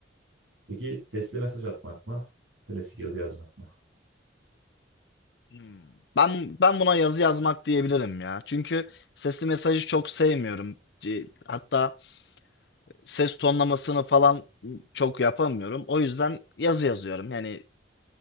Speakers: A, on the right; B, on the left.
A: Peki sesli mesaj atmak mı? Klasik yazı yazmak mı?
B: Hmm. Ben ben buna yazı yazmak diyebilirim ya. Çünkü sesli mesajı çok sevmiyorum. E, Hatta ses tonlamasını falan çok yapamıyorum. O yüzden yazı yazıyorum. Yani